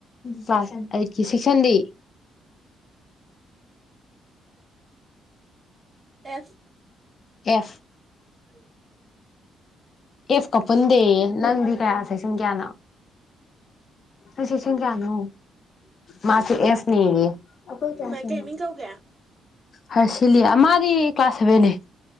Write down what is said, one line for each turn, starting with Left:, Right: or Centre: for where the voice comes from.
Left: ꯀ꯭ꯂꯥꯁ ꯑꯩꯠꯀꯤ ꯁꯤꯛꯁꯟꯗꯤ
Right: ꯑꯦꯐ
Left: ꯑꯦꯐ
Right: ꯂꯩ <unintelligible>
Left: ꯑꯦꯐ ꯀ ꯄꯨꯟꯗꯦ ꯅꯪꯗꯤ ꯀꯌꯥ ꯁꯦꯛꯁꯟ ꯀꯌꯥꯅꯣ ꯐ ꯁꯁ ꯀꯌꯥꯅꯣ ꯃꯥꯁꯤ ꯑꯦꯐꯅꯤꯌꯦ ꯑꯩꯈꯣꯏ ꯀꯂ꯭ꯥꯁꯅꯦ
Right: ꯃꯥꯏ ꯀꯩ
Left: ꯃ
Right: ꯃꯤꯡ ꯀꯧꯒꯦ
Left: ꯍꯔꯁꯤꯂꯤ ꯑꯃꯗꯤ ꯀ꯭ꯂꯥꯁ ꯁꯚꯦꯟꯅ‌ꯦ